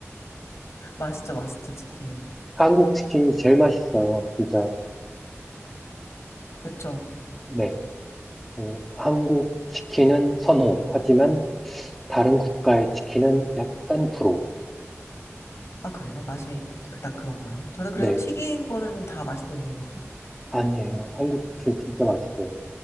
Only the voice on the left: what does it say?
맛있죠 맛있죠 치킨.
그쵸.
아 그래요? 맛이 그닥 그런가요? 저는 그래도
튀긴 거는 다 맛있던데요.